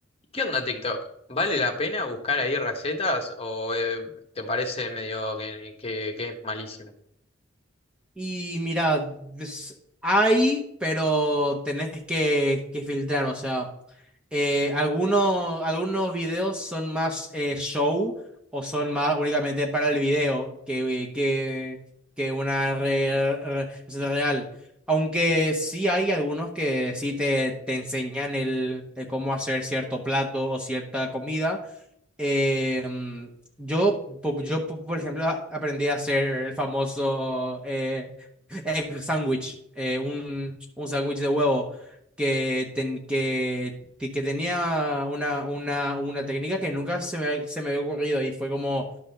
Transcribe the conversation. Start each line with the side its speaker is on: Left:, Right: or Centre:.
Left: ¿Qué onda TikTok? ¿Vale la pena buscar ahí recetas o eh, te parece medio que, que, que es malísimo?
Centre: Y mira, es- hay, pero tenés que, que filtrar, o sea, eh, algunos, algunos videos son más eh, show o son más únicamente para el video que, que, que una re- re- receta real. Aunque sí hay algunos que sí te, te enseñan el, el cómo hacer cierto plato o cierta comida eh, yo, po- yo, po- por ejemplo, a- aprendí a hacer el famoso eh, egg sandwich, eh, un, un sándwich de huevo que, ten- que, que que tenía una, una, una técnica que nunca se me, ha- se me había ocurrido y fue como,